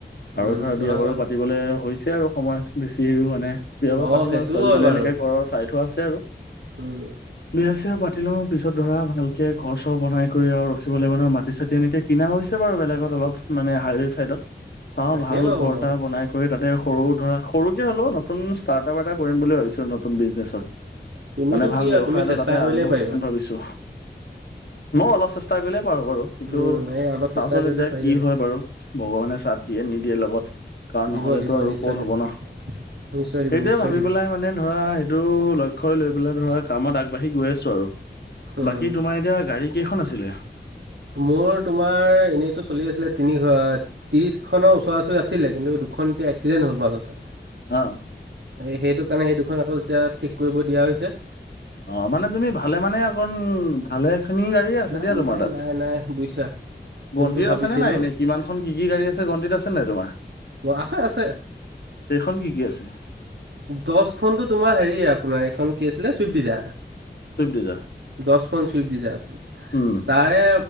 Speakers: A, on the right (about 85°); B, on the left (about 65°).
A: উম
B: আৰু ধৰা
A: সেইটো
B: বিয়া
A: হয়
B: বাৰু পাতিবলে হৈছে আৰু সময় বেছি হেৰিও মানে বিয়া বাৰু
A: অ
B: পাতিম
A: সেইটোও
B: আৰু ছোৱালী-টোৱালী
A: হয় বাৰু
B: এনেকে ঘৰৰ চাই থোৱা আছে আৰু।
A: উম
B: বিয়া-চিয়া পাতি পাতি লওঁ পিছত ধৰা ভালকে ঘৰ-চৰ বনাই কৰি আৰু ৰখিব লাগিব নহ। মাটি-চাটি এনেকে কিনা হৈছে বাৰু বেলেগত। অলপ মানে হাই ৱে চাইডত চাওঁ
A: তাকেই
B: ভাল
A: ভাবোঁ
B: ঘৰ এটা
A: মই
B: বনাই কৰি তাতে সৰু ধৰা সৰুকে হ'লেও নতুন ষ্টাৰ্টআপ এটা কৰিম বুলি ভাবিছো নতুন বিজনেচত।
A: তুমিতো
B: মানে ভাল
A: কি
B: ব্যৱসায়
A: আৰু তুমি
B: এটা
A: চেষ্টা
B: তাতে
A: কৰিলেই
B: আৰম্ভ
A: পাৰিবা
B: কৰিম ভাবিছো। মইয়ো অলপ চেষ্টা কৰিলে পাৰো বাৰু কিন্তু
A: উম এই অলপ
B: চাওঁচোন
A: চেষ্টা কৰিলে
B: এতিয়া
A: পাৰি
B: কি
A: যাবা
B: হয় বাৰু ভগৱানে চাঠ দিয়ে নিদিয়ে লগত। কৰণ
A: দিব
B: নহ'লেতো
A: দিব
B: আৰু
A: নিশ্চয়
B: ক'ত হ'ব
A: দিব
B: ন?
A: নিশ্চয় দিব
B: সেইটোয়ে
A: নিশ্চয়
B: ভাবি
A: দিব
B: পেলাই মানে ধৰা সেইটো ল লক্ষ্য লৈ পেলাই ধৰা কামত আগবাঢ়ি গৈ আছো আৰু।
A: উম
B: বাকী তোমাৰ এতিয়া গাড়ী কেইখন আছিলে?
A: মোৰ তোমাৰ এনেইতটো চলি আছিলে তিনি ত্ৰিশ খনৰ ওচৰা ওচৰি আছিলে কিন্তু দুখন এতিয়া এক্সিডেণ্ট হ'ল মাজতে।
B: অ।
A: সেইটো কাৰণে সেই দুখন আকৌ এতিয়া ঠিক কৰিব দিয়া হৈছে।
B: অ মানে তুমি ভালে মানে অকণ ভালেখিনি গাড়ীয়ে আছে
A: নাই
B: দিয়া তোমাৰ
A: নাই
B: তাত।
A: নাই নাই বুজিছা যোনটো
B: গণ্টি
A: ভাবিছিলো
B: আছেনে নাই এনেই কিমানখন কি কি গাড়ী আছে গণ্টিত আছেনে নাই তোমাৰ?
A: আছে আছে
B: কেইখন কি কি আছে?
A: দচখনতো তোমাৰ হেৰি আপোনাৰ এইখন কি আছিলে চুইফ্ট ডিজাৰ
B: চুইফ্ট ডিজাৰ?
A: দচখন চুইপ ডিজাৰ আছিল
B: উম,
A: তাৰে